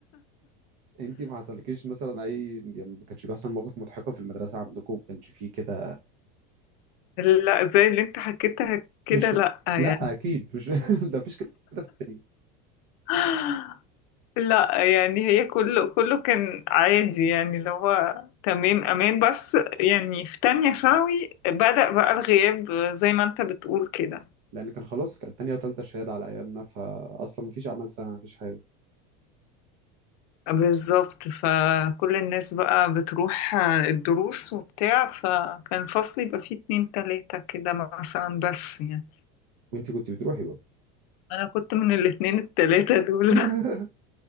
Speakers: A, on the right; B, on the left.
A: انت ما حصلكيش مثلا اي يعني ما كانش بيحصل مواقف مضحكه في المدرسه عندكم ما كانش فيه كده
B: <laughs> لا زي اللي انت حكيتها كده
A: مش
B: لا يعني
A: لا اكيد مش <laughs> ده مفيش كده في التانية
B: <gasps> لا يعني هي كله كله كان عادي يعني اللي هو تمام امان بس يعني في تانية ثانوي بدأ بقى الغياب زي ما انت بتقول كده
A: لان كان خلاص كانت تانية وتالتة شهاده على ايامنا فاصلا مفيش اعمال سنه مفيش حاجه
B: بالظبط فكل الناس بقى بتروح آه، الدروس وبتاع فكان فصلي يبقى فيه اتنين تلاتة كده مثلا بس يعني
A: وانت كنت بتروحي برضه
B: أنا كنت من الاتنين التلاتة دول
A: <laughs>
B: <laughs>